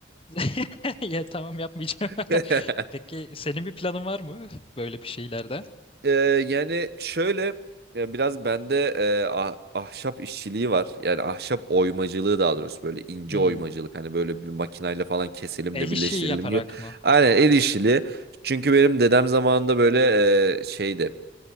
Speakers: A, on the left; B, on the right.
A: <laughs> Ya tamam yapmayacağım.
B: <laughs>
A: <laughs> Peki senin bir planın var mı böyle bir şeylerde?
B: Ee, yani şöyle ya biraz bende e, ah- ahşap işçiliği var. Yani ahşap oymacılığı daha doğrusu böyle ince
A: Hmm.
B: oymacılık. Hani böyle bir makinayla falan keselim
A: El
B: de birleştirelim
A: işi yaparak
B: gibi.
A: mı?
B: Aynen el işçiliği. Çünkü benim dedem zamanında böyle e, şeydi.